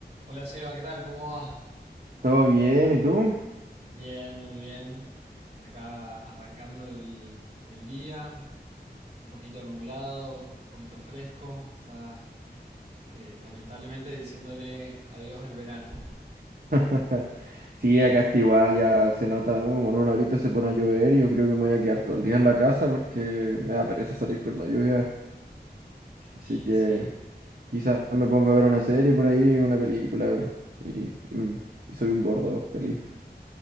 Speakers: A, on the right; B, on the right.
A: Hola Seba, ¿qué tal? ¿Cómo va?
B: ¿Todo bien? ¿Y tú?
A: Bien, muy bien. Acá arrancando el, el día, un poquito nublado, un poquito fresco. O sea, eh, lamentablemente diciéndole adiós al verano.
B: <laughs> Sí, acá está igual, ya se nota, ¿no? Como en una horita se pone a llover y yo creo que me voy a quedar todo el día en la casa porque me da pereza salir con la lluvia. Así
A: Y
B: que
A: sí,
B: quizás me pongo a ver una serie por ahí, una película y, y- y soy un gordo feliz.